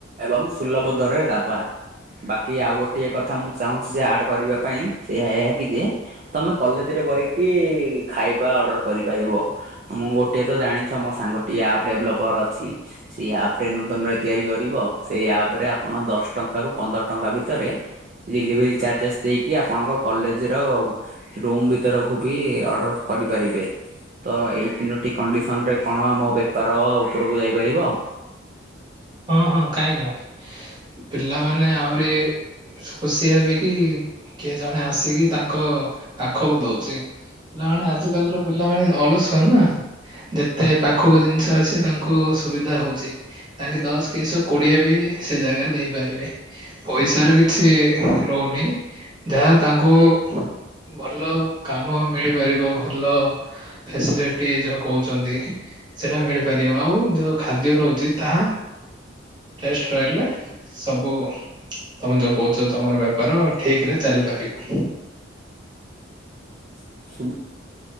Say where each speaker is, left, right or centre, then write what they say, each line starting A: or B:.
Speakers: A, on the right (about 40°); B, on the right (about 25°).
A: ଏବଂ ସୁଲଭ ଦରରେ ଦବା। ବାକି ଆଉ ଗୋଟିଏ କଥା ମୁଁ ଚାହୁଁଛି ଯେ ଆଡ କରିବା ପାଇଁ ସେଇ ଏହା କି ଯେ ତମେ କଲେଜରେ ବହିକି ଖାଇବା ଅର୍ଡର କରିପାରିବ। ମୁଁ ଗୋଟିଏ ତ ଜାଣିଛ ମୋ ସାଙ୍ଗଟି ଆପ୍ ଡେଭଲପର ଅଛି। ସେଇ ଆପ ରେ ନୂତନରେ ତିଆରି କରିବ ସେଇ ଆପ ରେ ଆପଣ ଦଶ ଟଙ୍କା ରୁ ପନ୍ଦର ଟଙ୍କା ଭିତରେ ଡେଲିଭରି ଚାର୍ଜେସ୍ ଦେଇକି ଆପଣଙ୍କ କଲେଜ ର ରୁମ ଭିତରକୁ ବି ଅର୍ଡର କରିପାରିବେ। ତ ଏଇ ତିନୋଟି କଣ୍ଡିସନ୍ରରେ କଣ ମୋ ବେପାର ଉପରକୁ ଯାଇପାରିବ।
B: ହଁ ହଁ କାହିଁ ନୁହେଁ ପିଲାମାନେ ଆହୁରି ଖୁସି ହେବେ କି କିଏ ଜଣେ ଆସିକି ତାଙ୍କ ପାଖକୁ ଦଉଛି। ପିଲାମାନେ ଆଜିିକାଲିର ପିଲାମାନୋନେ ଅଳସୁଆ ନା ଯେତେ ପାଖକୁ ଜିନିଷ ତାଙ୍କୁ ସୁବିଧା ହଉଛି। ତାଙ୍କେ ଦଶ କେଇଶହ କୋଡିଏ ବି ସେ ଜାଗାରେ ଦେଇପାରିବେ। ପଇସା ର କିଛି ରହୁନି ଯାହା ତାଙ୍କୁ ଭଲ କାମ ମିଳିପାରିବ। ଭଲ ଫେସିଲିଟି ଯୋଉ କହୁଛନ୍ତି ସେଇଟା ମିଳିପାରିବ। ଆଉ ଯୋଉ ଖାଦ୍ୟ ରହୁଛି ତାହା ଟେଷ୍ଟେ ରହିଲେ ସବୁ ତମେ ଯୋଉ କହୁଛ ତମର ବେପାର ଠିକ ରେ ଚାଲିପାରିବ।
A: <unintelligible>